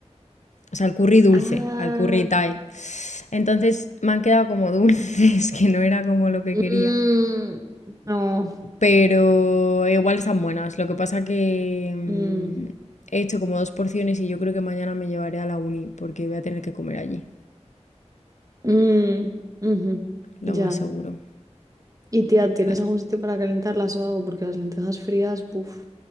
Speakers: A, on the left; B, on the right.
A: O sea, al curry dulce,
B: Ah,
A: al curry Thai. Entonces me han quedado como <laughs> dulces, que no era como lo que
B: mm,
A: quería.
B: no,
A: Pero igual están buenas. Lo que pasa que mm,
B: mm,
A: he hecho como dos porciones y yo creo que mañana me llevaré a la uni porque voy a tener que comer allí,
B: mm, ujú,
A: lo
B: Ya.
A: más seguro.
B: Y tía, ¿tienes
A: Ah,
B: algún sitio para calentarlas o algo? Porque las lentejas frías, buf.